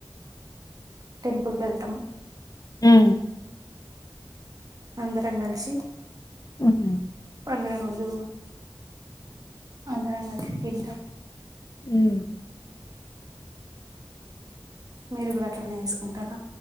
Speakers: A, on the right; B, on the left.
A: టెంపుల్కి వెళ్తాం.
B: హ్
A: అందరం గాలిసి
B: ఉహ్
A: పండుగ రోజు అందరం తింటం.
B: హ్
A: మీరు కూడా అట్లనే చేసుకుంటారా